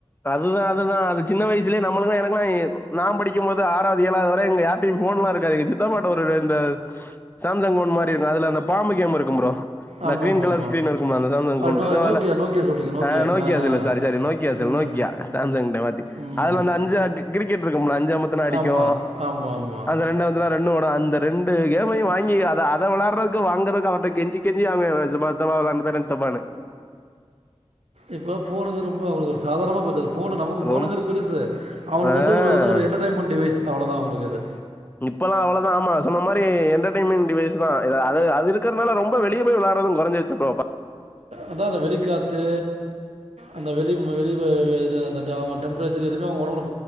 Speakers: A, on the left; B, on the right.
A: அதுதா அதுதா அது சின்ன வயசுலயே நம்மளுக்குதா எனக்குல்லா நா படிக்கும்போது ஆறாவது ஏழாவது வரை இங்க யார்ட்டயு போன்லா இருக்காது இந்த சித்தப்பாட்ட ரெண்டு சாம்சங் மாரி இருக்கு அதுல அந்த பாம்பு கேம் இருக்கு ப்ரோ இந்த
B: ஆமா
A: கிரீன்
B: ஆமா
A: கலர்
B: ஆமா
A: ஸ்கிரீன் இருக்குல அந்த சாம்சங்
B: அது
A: போன்ருக்கு
B: நோ நோக்கியா
A: அதுல
B: நோக்கியா சொல்றீங்க
A: ஆ நோக்கியா cell
B: ஆ
A: sorry sorry Nokia cell
B: ம்
A: நோக் சாம்சங்ட்ட மாத்தி
B: ம்
A: அதுல அந்த அஞ்ச அ கிரிக்கெட் இருக்கும்ல அஞ் அஞ்ச அமுத்துனா அடிக்கு
B: ஆமா ஆமா ஆமா
A: அந்த ரெண்ட வந்துனா ப்ரண்டோட அந்த ரெண்டு கேமையு வாங்கி அத அத வெளாறதுக்கு வாங்கறதுக்கு அவட்ட கெஞ்சி கெஞ்சி வாங்குவே <unintelligible> சித்தப்பா வெளாண்ட்டு தரே சித்தப்பான்னு
B: இப்பல்லா போனுங்க ரொம்ப அவளுக்கு ஒரு சாதாரமா போச்சு அது போனு நமக்கு போனுங்கிறது
A: ரொம்
B: பெருசு அவங்களுக்கு
A: ஆ
B: வந்து ஒரு வந்து ஒரு என்டர்டய்மெண்ட் டிவைஸ் அவ்ளோதா அவங்களுக்கு அது
A: இப்பல்லா அவ்வளதா ஆமா சொன்ன மாரி என்டர்டெய்ன்மெண்ட் டிவைஸ் தா அது அது இருக்கிறதுனால ரொம்ப வெளிய போய் விளா றது குறசிருச்சு ப்றோ ப
B: அதா அந்த வெளிக்காத்து அந்த வெளி வெளி இது அந்த து அவங்க டெம்பரேச்சர் எதுமே அவங்க ஒடம்புல